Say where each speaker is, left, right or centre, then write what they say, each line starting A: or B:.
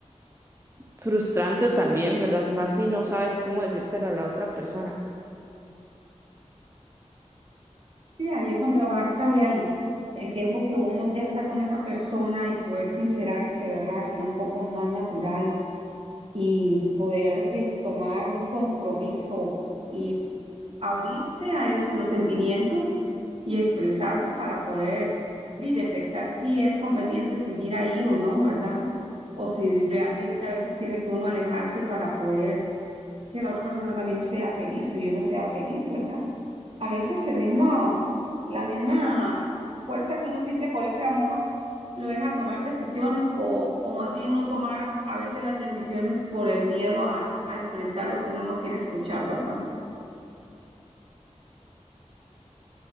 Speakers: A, on the right; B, on the right.
A: frustrante también, ¿verdad? Más si no sabes cómo decírselo a la otra persona.
B: Sí, ahí es donde abarca de ahí el tiempo que uno ya está con esa persona y poder sincerarse, ¿verdad? Ser un poco más natural y poder de, tomar un compromiso y abrirse a es- los sentimientos y expresarse para poder de, detectar si es conveniente seguir ahí o no, ¿verdad? O si realmente a veces tiene que uno alejarse para poder que la otra persona también sea feliz o yo no sea feliz, ¿verdad? A veces el mismo, la misma fuerza que uno siente por ese amor lo deja tomar decisiones o, o más bien no tomar a veces las decisiones por el miedo a, a enfrentar lo que uno no quiere escuchar, ¿verdad?